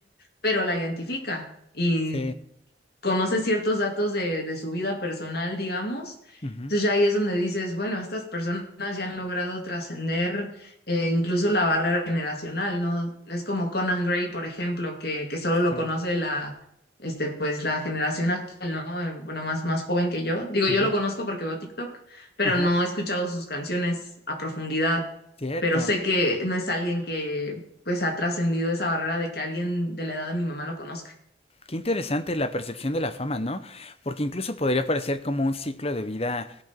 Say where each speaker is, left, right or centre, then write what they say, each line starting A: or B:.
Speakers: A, on the left (about 55°); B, on the left (about 30°).
A: pero la identifica. Y
B: Sí.
A: conoce ciertos datos de, de su vida personal, digamos.
B: ujú.
A: Entonces ya ahí es donde dices, bueno, estas personas ya han logrado trascender eh, incluso la barrera generacional, ¿no? Es como Conan Gray, por ejemplo, que, que solo lo
B: Sí.
A: conoce la, este, pues, la generación actual, ¿no? Eh, Bueno, más, más joven que yo. Digo, yo
B: Ujú,
A: lo conozco porque veo TikTok, pero
B: Ajá,
A: no he escuchado sus canciones a profundidad,
B: cierto.
A: pero sé que no es alguien que, pues, ha trascendido esa barrera de que alguien de la edad de mi mamá lo conozca.
B: Qué interesante la percepción de la fama, ¿no? Porque incluso podría parecer como un ciclo de vida